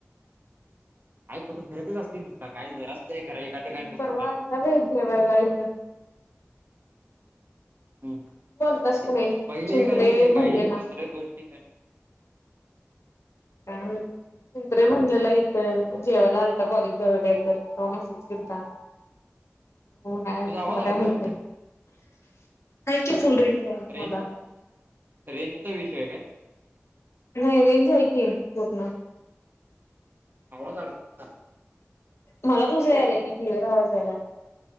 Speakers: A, on the right (about 45°); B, on the left (about 70°).
A: आयकुठ घरेतच असतील नुसता काय जरासद्धा घरा एका ठिकाणी बसत
B: परवा
A: नाही
B: आलता बाई जेवायला इथं
A: हम्
B: बोलतास का नाही
A: बैले
B: शिंत्रे
A: का नाही ते
B: म्हणलेला
A: काय एक दुसऱ्या गोष्टी कने
B: का चंत्रे म्हणलेला यथं जेवायला आलता कॉलेज जळ काहीत तॉमस केता हो हाय
A: तुझा आवाज
B: मला काय
A: अडकायला
B: मा कि फुल रेंज आहे
A: रेंज
B: मला
A: रेंजचा विषय आहे काय
B: नाही रेंज आहे की आहे पोटना
A: आवाज अडक
B: मला तुझ या आलाय की क्लवरर आवाजाला